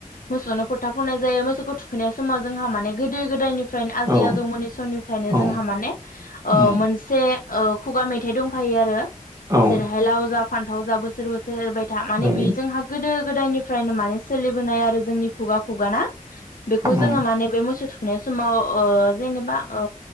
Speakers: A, on the left; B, on the right.
A: मोसौ नो फोथा फुननाय जायो मोसौखौ थु खैनाय समाव जोंहा माने गोदो गोदायनिफ्रायनो आजै
B: औ
A: आजौमोनोनि समनिफ्रायनो
B: औ
A: जोंहा माने ओ-मोनसे
B: उम
A: औ खुगा मेथाइ दंखायो आरो।
B: औ
A: जेर हाय लावजा फान्थाव जा बोसोर बोसोरे एर बाय दा माने
B: औ
A: बे जोंहा गोदो गोदाय निफ्रायनो माने सोलिबोनाय आरो जोंनि खुगा खुगा ना? बेखौ
B: औ
A: जोङो माने बे मोसौ थु नाय समाव अ जेनेबा अ